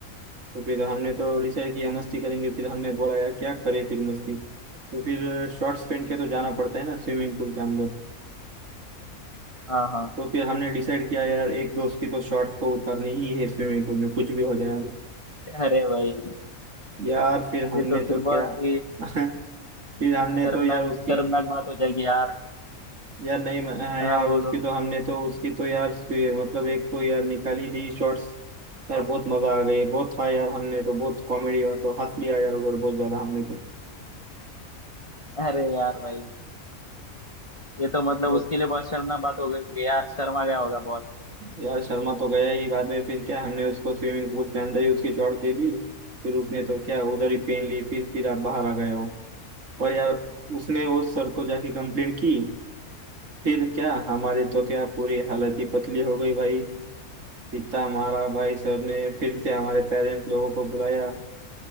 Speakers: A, on the right (about 55°); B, on the left (about 25°).
A: तो फिर हमने तो डिसाइड किया मस्ती करेंगे फिर हमने बोला यार क्या करें फिर मस्ती तो फिर शॉर्ट्स पहन के तो जाना पड़ता है ना स्विमिंग पूल के अंदर
B: हाँ हाँ
A: तो फिर हमने डिसाइड किया यार एक दोस्त की तो शॉर्ट्स को उतारनी ही है स्विमिंग पूल में कुछ भी हो जाए अब
B: अरे भाई
A: यार फिर हमने
B: ये तो फिर
A: तो
B: बहुत
A: क्या
B: ही
A: <laughs> फिर हमने
B: शर्मनाक
A: तो यार उसकी
B: शर्मनाक बात हो जाएगी यार
A: यार नहीं म- हाँ
B: हाँ
A: यार
B: बोलो
A: उसकी तो हमने तो उसकी तो यार स्वी- मतलब एक तो यार निकाली दी शॉर्ट्स यार बहुत मजा आ गई बहुत था यार हमने तो बहुत कॉमेडी और तो हंस लिया यार उधर बहुत ज्यादा हमने
B: अरे यार भाई ये तो मतलब
A: तो
B: उसके लिए बहुत शर्मनाक बात हो गई होगी यार शर्मा गया होगा बहुत
A: यार शर्मा तो गया ही बाद में फिर क्या हमने उसको स्विमिंग पूल के अंदर ही उसकी चोट दे दी फिर उसने तो क्या उधर ही पेन ली फिर फिर आप बाहर आ गए हो पर यार उसने वो सर को जाके कंप्लेंट की फिर क्या हमारी तो क्या पूरी हालत ही पतली हो गई भाई इतना मारा भाई सर ने फिर से हमारे पेरेंट्स लोगों को बुलाया